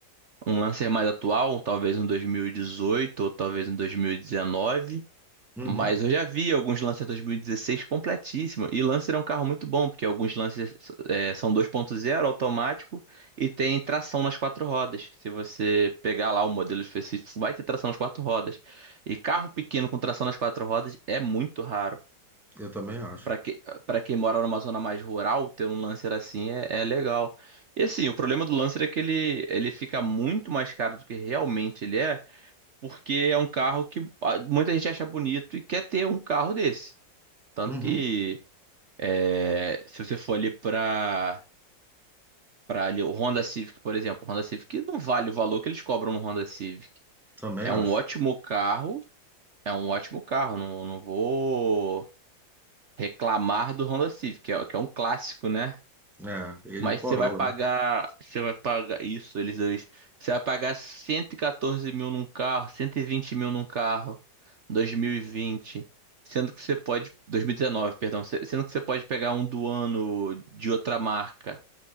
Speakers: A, on the right; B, in the centre.
A: Um Lancer mais atual, talvez um 2018 ou talvez um 2019.
B: Uhum.
A: Mas eu já vi alguns Lancer 2016 completíssimo. E Lancer é um carro muito bom, porque alguns Lancers é, são 2.0 automático e tem tração nas quatro rodas. Se você pegar lá o modelo específico, vai ter tração nas quatro rodas. E carro pequeno com tração nas quatro rodas é muito raro.
B: Eu também acho.
A: Para que, para quem mora numa zona mais rural, ter um Lancer assim é, é legal. E assim, o problema do Lancer é que ele, ele fica muito mais caro do que realmente ele é porque é um carro que ah, muita gente acha bonito e quer ter um carro desse. Tanto
B: Uhum.
A: que é, se você for ali para para ali o Honda Civic, por exemplo, o Honda Civic não vale o valor que eles cobram no Honda Civic.
B: Também
A: É
B: acho.
A: um ótimo carro, é um ótimo carro, não, não vou reclamar do Honda Civic, que é, que é um clássico, né?
B: É, ele
A: Mas
B: e o Corolla,
A: você vai pagar,
B: né?
A: você vai pagar isso, eles dois. Você vai pagar 114 mil num carro, 120 mil num carro, dois mil e vinte Sendo que você pode, 2019, perdão, se- sendo que você pode pegar um do ano de outra marca